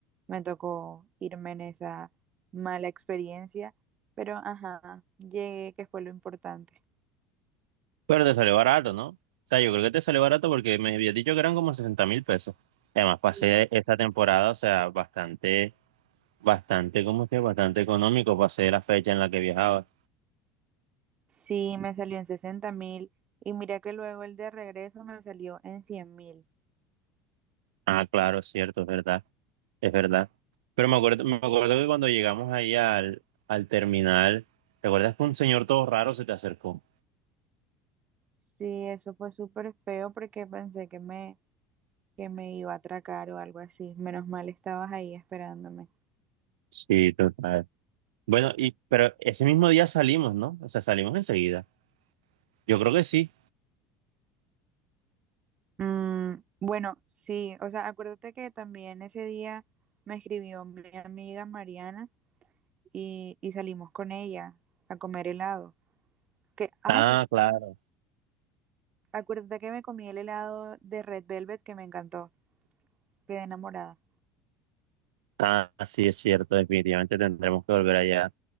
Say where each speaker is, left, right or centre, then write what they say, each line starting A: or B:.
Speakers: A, on the right; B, on the right.
A: me tocó irme en esa mala experiencia. Pero ajá, llegué, que fue lo importante.
B: Pero te salió barato, ¿no? O sea, yo creo que te salió barato porque me habías dicho que eran como sesenta mil pesos. Además, pasé
A: Sí.
B: esta temporada, o sea, bastante, bastante, ¿cómo es que? Bastante económico. Pasé la fecha en la que viajabas.
A: Sí, me salió en sesenta mil y mira que luego el de regreso me salió en cien mil.
B: Ah, claro, es cierto, es verdad, es verdad. Pero me acuerdo, me acuerdo que cuando llegamos ahí al, al terminal, ¿te acuerdas que un señor todo raro se te acercó?
A: Sí, eso fue súper feo porque pensé que me, que me iba a atracar o algo así. Menos mal estabas ahí esperándome.
B: Sí, total. Bueno, y pero ese mismo día salimos, ¿no? O sea, salimos enseguida. Yo creo que sí.
A: Mm, bueno, sí, o sea, acuérdate que también ese día me escribió mi amiga Mariana y, y salimos con ella a comer helado. Que, ay,
B: Ah, claro.
A: acuérdate que me comí el helado de Red Velvet que me encantó. Quedé enamorada.
B: Ah, sí, es cierto. Definitivamente tendremos que volver allá.